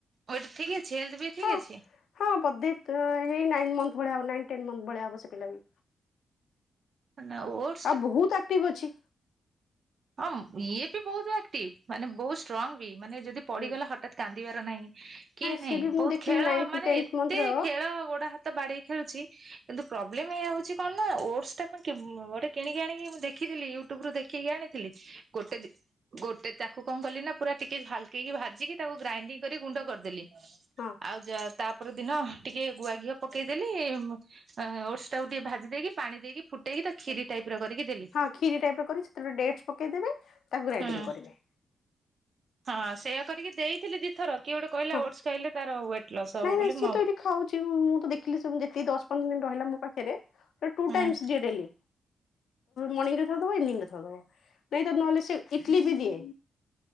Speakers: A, on the right; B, on the left.
A: ୱେଟ ଠିକ୍ ଅଛି ହେଲ୍ ବି ଠିକ
B: ହଁ।
A: ଅଛି।
B: ହଁ ବଧେ ହେଇ ନାଇନ୍ ମନ୍ଥ ଭଳିଆ ହବ ନାଇନ୍ ଟେନ୍ ମନ୍ଥ ଭଳିଆ ହବ ସେ ପିଲା କୁ।
A: ମାନେ ଇଅଟ
B: ଆଉ ବହୁତ ଆକ୍ଟିଭ୍ ଅଛି।
A: ହଁ ଇଏ ବି ବହୁତ ଆକ୍ଟିଭ, ମାନେ ବହୁତ ଷ୍ଟ୍ରଙ୍ଗ ବି, ମାନେ ଯଦି ପଡିଗଲେ
B: ହୁଁ
A: ହଠାତ୍ କାନ୍ଦିବାର ନାହିଁ। କିଏ
B: ସିଏ
A: ନାଇଁ
B: ବି ମୁଁ
A: ବହୁତ
B: ଦେଖିଲି
A: ଖେଳ
B: ନାଇନ୍ଥ
A: ମାନେ
B: ଟେନ୍ଥ
A: ଏତେ
B: ମନ୍ଥର ହଁ
A: ଖେଳ ଗୋଡ ହାତ ବାଡେଇ ଖେଳୁଛି। କିନ୍ତୁ ପ୍ରୋବ୍ଲେମ ଏୟା ହଉଛି କଣ ନା ଓଡସଟା ମୁଁ ଗୋଟେ କିଣିକି ଆଣି ମୁଁ ଦେଖଥିଲି ୟୁଟ୍ୟୁବ ରୁ ଦେଖି ଆଣି ଥିଲି ଗୋଟେ ଦି ଗୋଟେ ତାକୁ କଣ କଲି ନା ପୁରା ଟିକେ ହାଲକେଇକି ଭାଜିକି ତାକୁ ଗ୍ରାଇଣ୍ଡିଙ୍ଗ କରି ଗୁଣ୍ଡ କରିଦେଲି।
B: ହଁ।
A: ଆଉ ଯ ତାପରେ ଦିନ ଟିକେ ଗୁଆ ଘିଅ ପକେଇଦେଲି। ଓଡସ ଟାକୁ ଟିକେ ଭାଜି ଦେଇକି ପାଣି ଦେଇକି ଫୁଟେଇକି ତାକୁ କ୍ଷୀରି ଟାଇପ ର କରିକି ଦେଲି।
B: ହଁ କ୍ଷୀରି ଟାଇପ ର କରି ସେତବେଳେ ଡେଟସ୍ ପକେଇଦବେ ତାକୁ ଗ୍ରାଇଣ୍ଡି
A: ହୁଁ
B: କରିବେ।
A: ହଁ ସେଇୟା କରିକି ଦେଇଥିଲି ଦିଥର କିଏ ଗୋଟେ କହିଲା
B: ହଁ
A: ଓଟସ୍ ଖାଇଲେ ତାର ୱେଟ୍ ଲସ୍ ହବ
B: ନାଇଁ
A: ବୋଲି
B: ନାଇଁ ସିଏ
A: ମୁଁ
B: ତ ଏଇଠି ଖାଉଛି ମୁଁ ତ ଦେଖିଲି ସେମିତି ଦଶ ପନ୍ଦର ଦିନ ରହିଲା ମୋ ପାଖରେ ତ ଟୁ
A: ହୁଁ
B: ଟାଇମସ୍ ଦିଏ ଡେଲି। ମର୍ଣିଂରେ ଥରେ ଦବ ଇଭିନିଂ ରେ ଥରେ ଦବ ନାଇ ତ ନହେଲେ ସେ ଇଟଲି ବି ଦିଏ।